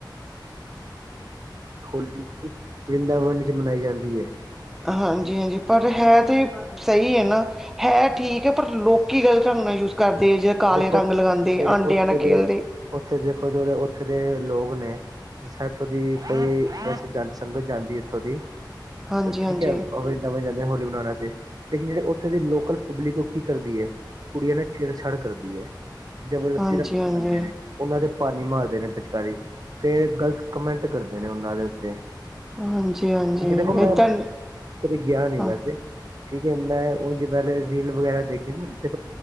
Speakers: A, on the right (about 50°); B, in the centre.
A: ਹੋਲੀ ਵਰਿੰਦਾਵਨ ਵਿੱਚ ਮਨਾਈ ਜਾਂਦੀ ਏ
B: ਹਾਂਜੀ, ਹਾਂਜੀ ਪਰ ਹੈ, ਤੇ ਸਹੀ ਐਨਾ ਹੈ ਠੀਕ ਠੀਕ ਏ, ਪਰ ਲੋਕ ਗਲਤ ਟਾਗ ਨਾਲ ਯੂਜ ਕਰਦੇ ਜਿ ਕਾਲੇ
A: ਦੇਖੋ
B: ਰੰਗ ਲਗਾਉਂਦੇ
A: ਜਿਹੜੇ
B: ਆਂਡਿਆਂ
A: ਉੱਥੇ
B: ਨਾਲ
A: ਦੇ
B: ਖੇਲਦੇ
A: ਉੱਥੇ ਦੇਖੋ, ਥੋੜੇ ਉੱਥੇ ਦੇ ਲੋਕ ਨੇ ਜਿਸ ਇੱਥੋਂ ਦੀ ਕਈ ਵੈਸੇ ਜਨ ਸੰਗਤ ਜਾਂਦੀ ਏ ਇੱਥੋਂ ਦੀ,
B: ਹਾਂਜੀ
A: ਠੀਕ
B: ਹਾਂਜੀ
A: ਐ ਨਵੇਂ ਜਾਂਦੇ ਹੋਲੀ ਮਨਾਉਨਾ ਆਸਤੇ, ਲੇਕਿਨ ਜਿਹੜੇ ਉੱਥੇ ਦੇ ਲੋਕਲ ਪਬਲਿਕ ਓ ਕੀ ਕਰਦੀ ਏ ਕੁੜੀਆਂ ਨਾਲ ਛੇੜ-ਛਾੜ ਕਰਦੀ ਏ, ਜਬਰਦਸਤੀ
B: ਹਾਂਜੀ
A: ਰੰਗ
B: ਹਾਂਜੀ
A: ਲਗਾਂਦੇ ਨੇ। ਉਨਾਂ ਦੇ ਪਾਨੀ ਮਾਰਦੇ ਨੇ ਪਿਚਕਾਰੀ, ਫੇਰ ਗ਼ਲਤ ਕਮੈਂਟ ਕਰਦੇ ਨੇ ਉਨਾਂ ਦੇ ਉੱਤੇ
B: ਹਾਂਜੀ ਹਾਂਜੀ
A: ਠੀਕ ਏ ਦੇਖੋ, ਮੈਂ
B: ਏਦਾਂ
A: ਕਦੀ ਗਿਆ ਨੀ
B: ਹਾਂ
A: ਵੈਸੇ ਠੀਕ ਏ, ਮੈਂ ਓ ਵੇਲ ਰੀਲ ਵਗੈਰਾ ਦੇਖੀ ਨਾ ਜੀ